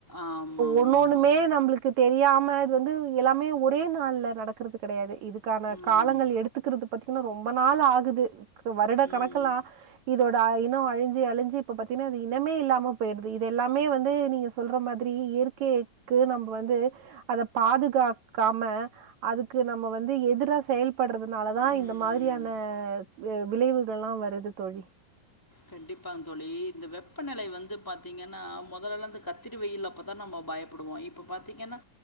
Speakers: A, in the centre; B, on the right.
A: ஆமாமாமாங்க
B: ஒன்னொண்ணுமே நம்ளுக்கு தெரியா ம இது வந்து எல்லாமே ஒரே நாள்ல நடக்கறது கெடையாது இதுக்கான
A: ம்
B: காலங்கள் எடுத்துக்கிறது பத் தி ரொம்ப நாள் ஆகுது கு வருட
A: ம்
B: கணக்கெலா இதோ இனொ அழிஞ்சி அழிஞ்சு இப்ப பாத்தீங்கன்னா அது இனமே இல்லாம போய்டுது இது எல்லாமே வந்து நீங்க சொல்ற மாதிரி இயற்கைக்கு நம்ப வந்து அத பாதுகாக்காம அதுக்கு நம்ம வந்து எதிரா செயல்படுறதுனாலதா
A: ம்
B: இந்த மாதிரியான க விளைவுகள்லா வருது தோழி
A: கண்டிப்பாங்க தோழி இந்த வெப்பநிலை வந்து பாத்தீங்கன்னா மொதல்லல்லா இந்த கத்திரி வெயில் அப்பதா நம்ம பயப்படுவோ இப்ப பாத்தீங்கன்னா